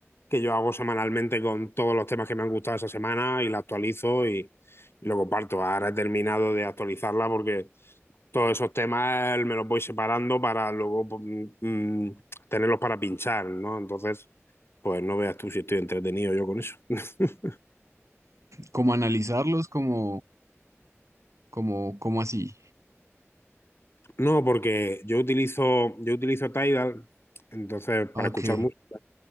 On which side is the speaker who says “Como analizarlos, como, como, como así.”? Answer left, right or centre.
Right